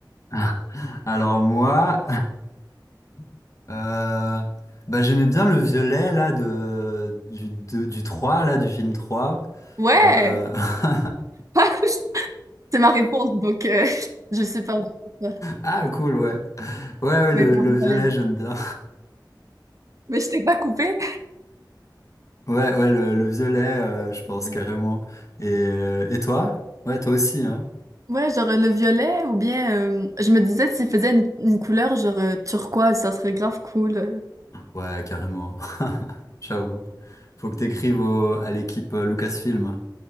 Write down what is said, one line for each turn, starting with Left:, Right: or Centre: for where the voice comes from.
Left: <laughs> Alors moi, <laughs> euh, bah, j'aimais bien le violet là de, du, de- du 3 là, du film 3.
Right: Ouais!
Left: Euh, <laughs>
Right: <laughs> C'est ma réponse, donc euh, <laughs> je suis pas en doute.
Left: Ah cool, ouais. Ouais, ouais,
Right: Mais
Left: le,
Right: pardon,
Left: le violet,
Right: t'allais dire.
Left: j'aime bien.
Right: Mais je t'ai pas coupé.
Left: Ouais, ouais, le, le violet, euh, je pense
Right: <laughs>
Left: carrément. Et, euh, et toi? Ouais, toi aussi, hein?
Right: Ouais, genre euh, le violet ou bien euh, je me disais s'il faisait une, une couleur genre euh, turquoise, ça serait grave cool. euh.
Left: Ouais, carrément. <laughs> Ciao. Faut que t'écrives au- à l'équipe euh, Lucasfilm.